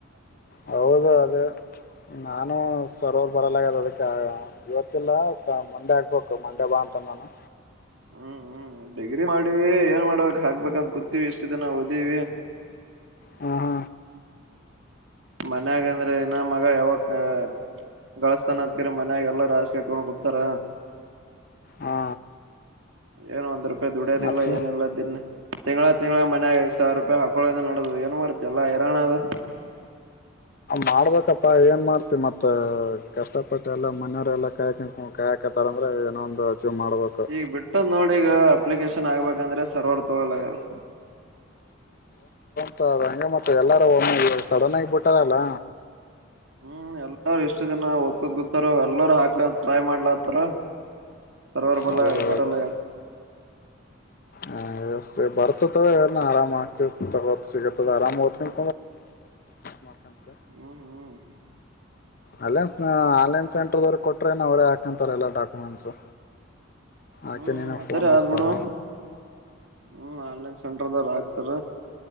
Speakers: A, on the left; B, on the right.
A: ಹೌದ ಅದೇ ನಾನು ಸರವರ್ ಬರಲ್ಲಾಗದ ಅದಕ್ಕೆ ಇವತ್ತಿಲ್ಲ ಸ ಮಂಡೆ ಆಗ್ಬೇಕು ಮಂಡೆ ಬಾ ಅಂತಂದ ನಾನು
B: ಹ್ಮ್ ಹ್ಮ್ ಡಿಗ್ರಿ ಮಾಡವ ಏನ್ ಮಾಡ್ಬೇಕಕ್ ಹಾಕ್ಬೇಕಂತ ಕೂತಿವಿ ಇಷ್ಟು ದಿನ ಓದೀವಿ
A: ಹ ಹಾ
B: ಮನ್ಯಾಗ ಅಂದ್ರೆ ಇನ್ನ ಮಗ ಯಾವಾಗ ಗಳಸ್ತಾನ ಅತ್ಕ್ರ ಮನ್ಯಾಗ ಎಲ್ಲಾರ ಆಸೆ ಇಟ್ಕೊಂಡ್ ಕುೂತಾರ
A: ಹಾ
B: ಏನು ಒಂದ್ ರೂಪಾಯಿ ದುಡ್ಯದಿಲ್ಲ
A: ಮತ್ತ
B: ಏನಿಲ್ಲ ದನ್ ತಿಂಗಗಳ ತಿಂಗಗಳ ಮನ್ಯಾಗ ಐದು ಸಾವಿರ ರೂಪಾಯಿ ಹಾಕ ಳದ ನೋಡೋದು ಏನ್ ಮಾಡ್ತಿ ಎಲ್ಲ ಇರಾಣದು
A: ಮಾಡಬೇಕಪ್ಪಾ ಏನ್ ಮಾಡ್ತಿ ಮತ್ ಕಷ್ಟಪಟ್ಟ ಎಲ್ಲಾ ಮನೆಯವರೆಲ್ಲಾ ಕಾಯ್ <unintelligible> ಕಾಯಾಕತಾರ ಅಂದ್ರೆ ಏನೊ ಒಂದು ಅಚೀವ್ ಮಾಡ್ಬೇಕು
B: ಈಗ ಬಿಟ್ಟದ್ ನೋಡಿ ಈಗ ಅಪ್ಲಿಕೇಶನ್ ಚನ್ನ ಆಗ್ಬೇಕಂದ್ರೆ ಸರ್ವರ್ ತಗೋಲ್ಲ ಯದು
A: ತ ಹಂಗೆ ಮತ್ತೆ ಎಲ್ಲ ಸಡನ್ ಆಗಿಬಿಟ್ಟಾರಲ್ಲ
B: ಹ್ಮ್ ಎಲ್ಲಾ ರು ಎಷ್ಟು ದನ ಓದ್ ಕೂತ್ ಕೂತೋ ಎಲ್ಲರು ಹಾಕ ಟ್ರೈ ಮಾಡ್ಲತ್ತಾರ ಸರ್ವ <unintelligible>
A: ಹೌದೌದು
B: ಬರ ಲದು
A: ಹ ಬರ್ತತವ ಎ ಆರಾಮ <inaudible> ತಗತ್ತು
B: ಹ್ಮ್
A: <unintelligible> ಆರಾಮ ಹೋಗ್ತೇನ್ ಮ <unintelligible> ಹಂತ
B: ಹ್ಮ್ ಹ್ಮ್ ಹ್ಮ್
A: ಅಲ್ಲ ಆನ್ಲೈನ್ ಸೆಂಟರ್ದವ್ರ ಕೊಟ್ರೆ ನ ಅವರೇ ಹಾಕಂತಾರೆ ಎಲ್ಲಾ ಡಾಕ್ಯುಮೆಂಟ್ಸು ಆಕೆ
B: ಹ್ಮ್
A: ನೀನ
B: ಅದರ
A: ಪೋನ್ ಅತಾರ
B: ಆದ್ ಬಿಡು ಹ್ಮ್ ಆನ್ಲೈನ್ ಸೆಂಟರ್ದಾರ ಆಗ್ತಾರ